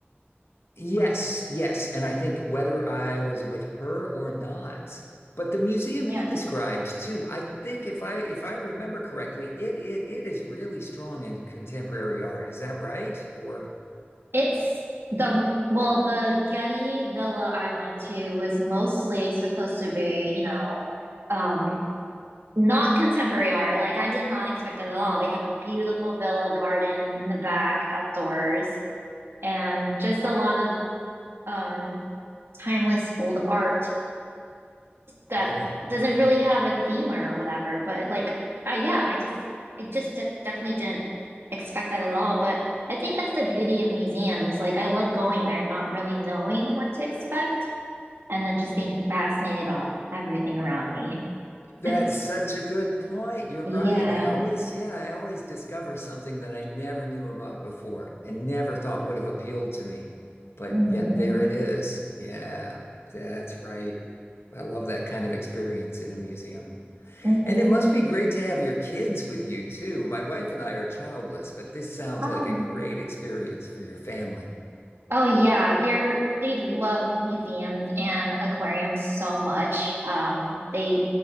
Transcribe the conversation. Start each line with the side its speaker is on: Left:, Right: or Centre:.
Left: Yes, yes. And I think whether I was with her or not, but the museum
Right: yeah.
Left: you described too, I think if I if I remember correctly, it it, it is really strong in contemporary art. Is that right? Or
Right: It's the well, the Getty Villa I went to was mostly supposed to be, you know, um, not contemporary art. Like I did not expect that at all. They have a beautiful villa garden in the back, outdoors, and just a lot of um timeless old art that
Left: really?
Right: doesn't
Left: Okay.
Right: really have a theme or whatever. But like, I, yeah, I just I just def definitely didn't expect that at all. But I think that's the beauty of museums. Like, I love going there, not really knowing what to expect, and then just being fascinated about everything around me.
Left: That's
Right: <laughs>
Left: such a good point. You're
Right: Yeah.
Left: right. I always, yeah, I always discover something that I never knew about before and never thought would have appealed to me. But
Right: Mm-hmm.
Left: yet there it is. Yeah, that's right. I love that kind of experience in a museum.
Right: Mm-hmm.
Left: And it must be great to have your kids with you too. My wife and I are childless, but this sounds
Right: Oh.
Left: like a great experience for your family.
Right: Oh yeah, they're they love museums and aquariums so much. Um, they,